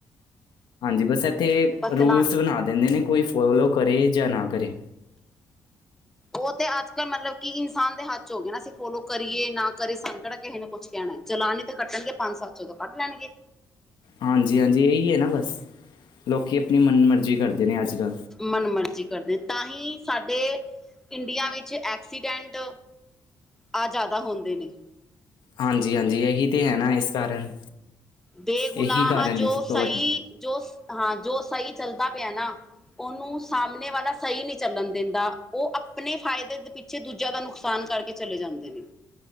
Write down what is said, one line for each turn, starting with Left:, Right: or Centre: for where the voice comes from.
Left: ਹਾਂਜੀ, ਬਸ ਏਥੇ
Centre: ਪਰ
Left: ਰੂਲਸ
Centre: ਚਲਾ
Left: ਬਨਾ ਦਿੰਦੇ ਨੇ ਕੋਈ ਫੋਲੋ ਕਰੇ ਜਾ ਨਾ ਕਰੇ।
Centre: ਉਹ ਤੇ ਅੱਜ ਕੱਲ੍ਹ ਮਤਲਬ ਕਿ ਇਨਸਾਨ ਦੇ ਹੱਥ 'ਚ ਹੋ ਗਏ ਨਾ ਅਸੀਂ ਫੋਲੋ ਕਰੀਏ ਨਾ ਕਰੇ ਸਾਨੂੰ ਕੇੜਾ ਕਿਹੇ ਨੇ ਕੁਛ ਕਹਿਣਾ। ਚਲਾਨ ਨੀ ਤੇ ਕੱਟਣਗੇ ਪੰਜ-ਸੱਤ ਸੌ ਤੋਂ ਕੱਟ ਲੈਣਗੇ।
Left: ਹਾਂਜੀ-ਹਾਂਜੀ ਏਈ ਏ ਨਾ ਬਸ ਲੋਕੀ ਅਪਨੀ ਮਨ ਮਰਜ਼ੀ ਕਰਦੇ ਨੇ ਅੱਜ ਕੱਲ
Centre: ਮਨ ਮਰਜੀ ਕਰਦੇ ਤਾਂ ਹੀ ਸਾਡੇ ਇੰਡੀਆ ਵਿੱਚ ਐਕਸੀਡੈਂਟ ਆ ਜ਼ਾਦਾ ਹੁੰਦੇ ਨੇ
Left: ਹਾਂਜੀ-ਹਾਂਜੀ, ਏਹੀ ਤੇ ਹੈਨਾ ਇਸ ਕਾਰਨ
Centre: ਬੇਗੁਨਾਹ
Left: ਇਹੀ ਕਾਰਨ
Centre: ਜੋ
Left: ਹੈ ਸਭ ਤੋਂ
Centre: ਸਹੀ
Left: ਵੱਡਾ
Centre: ਜੋ ਹਾਂ ਜੋ ਸਹੀ ਚੱਲਦਾ ਪਿਆ ਨਾ ਉਨੂੰ ਸਾਹਮਣੇ ਵਾਲਾ ਸਹੀ ਨੀ ਚੱਲਣ ਦੇਂਦਾ ਉਹ ਅਪਨੇ ਫਾਇਦੇ ਪਿੱਛੇ ਦੂਜਿਆਂ ਦਾ ਨੁਕਸਾਨ ਕਰਕੇ ਚਲੇ ਜਾਂਦੇ ਨੇ